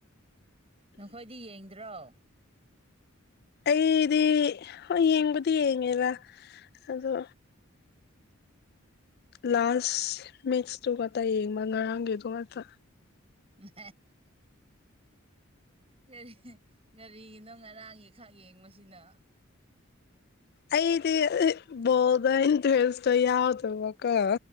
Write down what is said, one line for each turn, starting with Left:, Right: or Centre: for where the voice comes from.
Right: ꯅꯈꯣꯏꯗꯤ ꯌꯦꯡꯗ꯭ꯔꯣ
Left: ꯑꯩꯗꯤ ꯍ ꯌꯦꯡꯕꯨꯗꯤ ꯌꯦꯡꯉꯦꯕ ꯑꯗꯣ ꯂꯥꯁ ꯃꯤꯠꯁꯇꯨ ꯉꯥꯛꯇ ꯌꯦꯡꯕ ꯉꯔꯥꯡꯒꯤꯗꯨ ꯉꯥꯛꯇ
Right: ꯃ ꯀꯔꯤ ꯀꯒꯥꯔꯤꯒꯤꯅꯣ ꯉꯔꯥꯡꯒꯤ ꯈꯛ ꯌꯦꯡꯕꯁꯤꯅ
Left: ꯑꯩꯗꯤ ꯣꯗ ꯏꯟꯇꯦꯁ ꯌꯥꯎꯗ ꯃꯈꯀ